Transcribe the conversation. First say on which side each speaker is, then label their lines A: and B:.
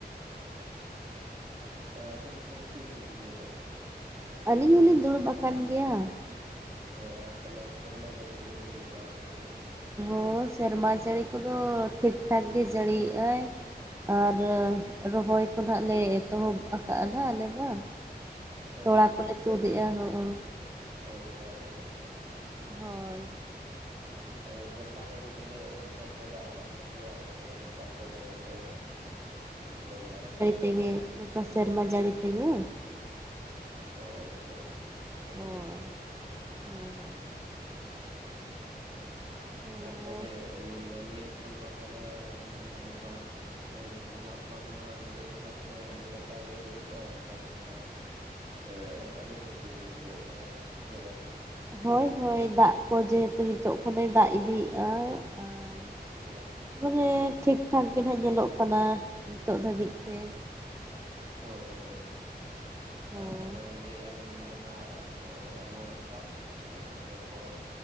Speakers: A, on the right; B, on the right.
A: ᱟᱹᱵᱤᱱ ᱫᱚ ᱛᱟᱦᱚᱞᱮ ᱪᱮᱫ ᱵᱤᱱ ᱪᱤᱠᱟᱹᱭᱮᱫᱼᱟ
B: ᱟᱹᱞᱤᱧ ᱦᱚᱞᱤᱧ ᱫᱩᱲᱩᱵ ᱟᱠᱟᱱ ᱜᱮᱭᱟ
A: ᱚ ᱟᱨ ᱛᱟᱦᱚᱞᱮ ᱥᱮᱨᱢᱟ ᱡᱟᱹᱲᱤ ᱠᱚᱫᱚ ᱪᱮᱫ ᱞᱮᱠᱟ ᱟᱯᱮᱥᱮᱫ ᱫᱚ
B: ᱚ ᱥᱮᱨᱢᱟ ᱡᱟᱹᱲᱤ ᱠᱚᱫᱚ ᱴᱷᱤᱠ ᱴᱷᱟᱠ ᱜᱮ ᱡᱟᱹᱲᱤ ᱮᱜᱟᱭ ᱟᱨ
A: ᱦᱳᱭ
B: ᱨᱚᱦᱚᱭ ᱠᱚᱱᱦᱟᱜ ᱞᱮ ᱮᱛᱚᱦᱚᱵ ᱟᱠᱟᱟᱜᱼᱟ ᱱᱟ ᱟᱞᱮ ᱢᱟ
A: ᱦᱳᱭ
B: ᱛᱚᱲᱟ ᱠᱚᱞᱮ ᱛᱩᱫ ᱮᱫᱚ ᱦᱚᱸᱜ
A: ᱠᱚᱭ ᱢᱮ ᱟᱹᱰᱤ ᱱᱟᱯᱟᱭ
B: ᱦᱳᱭ
A: ᱟᱨ ᱟ ᱥᱮᱨᱢᱟ ᱡᱟᱹᱲ ᱛᱮ ᱜᱮ ᱠᱷᱮᱛ ᱠᱚᱫᱚ ᱫᱟᱜ ᱠᱟᱱ ᱛᱟᱯᱮᱭᱟ ᱥᱮ ᱱᱚᱝᱠᱟ ᱥᱮᱞᱚ ᱠᱚᱛᱮ ᱵᱮᱵᱚᱦᱟᱨᱚᱛ
B: ᱛᱮᱧ ᱱᱚᱝᱠᱟ ᱥᱮᱨᱢᱟ ᱡᱟᱹᱲᱤ ᱛᱮᱜᱮ
A: ᱚ ᱟᱪᱪᱷᱟ ᱟᱪᱪᱷᱟ ᱟᱹᱰᱤ
B: ᱦᱳᱭ
A: ᱱᱟᱯᱟᱭ
B: <unintelligible> ᱚᱸ
A: ᱟᱨ ᱛᱟᱦᱚᱞᱮ <unintelligible> ᱪᱷᱚᱲ ᱢᱟ ᱛᱟᱦᱚᱞᱮ ᱢᱟᱱᱮ ᱱᱚᱝᱠᱟ ᱪᱟᱥᱵᱟᱥ ᱢᱟ ᱱᱤᱭᱟᱹ ᱪᱚᱛ ᱦᱚᱸ ᱟᱹᱰᱤ ᱱᱟᱯᱟᱭ ᱜᱮ ᱦᱩᱭᱩᱜ ᱠᱟᱱ ᱛᱟᱦᱚᱞᱮ ᱦᱟᱜ ᱮᱸ ᱟᱹᱰᱤ ᱨᱟᱹᱥᱠᱟᱹ ᱜᱮ ᱵᱩᱡᱷᱟᱹᱜ ᱠᱟᱱᱟ ᱥᱮ ᱵᱟᱝ
B: ᱦᱳᱭ ᱦᱳᱭ ᱫᱟᱜ ᱠᱚ ᱡᱮᱦᱮᱛᱩ ᱱᱤᱛᱚᱜ ᱠᱷᱚᱱᱮ ᱫᱟᱜ ᱤᱫᱤᱭᱮᱜᱼᱟ ᱟᱨ
A: ᱦᱳᱭ
B: ᱛᱚᱨᱮ ᱴᱷᱤᱠ ᱴᱷᱟᱠ ᱜᱮ ᱱᱟᱦᱟᱜ ᱧᱮᱞᱚᱜ ᱠᱟᱱᱟ ᱱᱤᱛᱚᱜ ᱫᱷᱟᱹᱵᱤᱡ ᱛᱮ
A: ᱦᱳᱭ ᱦᱳᱭ ᱦᱳᱭ
B: ᱦᱳᱭ
A: ᱟᱨ ᱛᱟᱦᱚᱞᱮ ᱞᱟᱹᱭᱮᱜᱼᱟ ᱞᱤᱧ ᱡᱟᱦᱟᱸ ᱱᱚᱜᱚᱭ ᱟᱵᱚ ᱪᱟᱥ ᱮᱫᱟ ᱵᱚᱱ ᱢᱤᱫᱴᱮᱡ ᱯᱚᱨᱚᱵᱽ